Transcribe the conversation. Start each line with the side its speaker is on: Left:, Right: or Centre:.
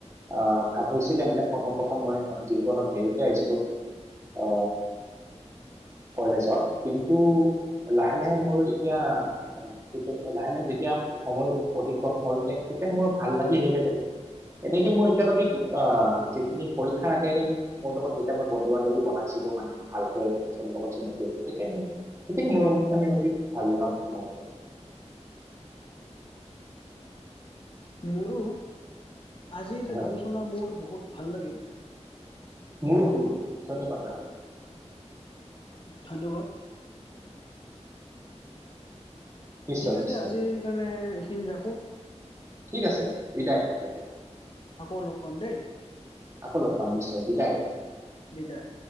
Right: আহ কাপোৰ চিলাই মানে প্ৰথম প্ৰথম মই যিহেতু অলপ দেৰিকে আহিছিলো অ কলেজত। কিন্তু লাহে লাহে মোৰ এতিয়া- সেইটো লাহে লাহে যেতিয়া সময়ৰ অতিক্ৰম হল তে তেতিয়া মোৰ ভাল লাগি আহিলে তে এনেকে মোৰ এতিয়ালৈকে, গ যিখিনি পৰীক্ষাৰ আগে, আগে মোৰ লগত দুটাম বন্ধু বান্ধৱী বনাইছিলো মানে ভালকে <unintelligible> গতিকে মোৰ মানে অতি ভাললগা মুহূৰ্ত
Left: মোৰো, আজিৰ
Right: হয়
Left: আলোচনা মোৰ বহুত ভাল লাগিল।
Right: হুো হুো ধন্যবাদ ৰা <unintelligible>
Left: ধন্যবাদ।
Right: নিশ্চয়
Left: ঠিক আছে
Right: নিশ্চয়
Left: আজিৰ কাৰণে এইখিনি ৰাখোঁ।
Right: ঠিক আছে বিদায়, ৰাখ।
Left: আকৌ লগ পাম দেই।
Right: আকৌ লগ পাম, নিশ্চয় বিদায়।
Left: বিদায়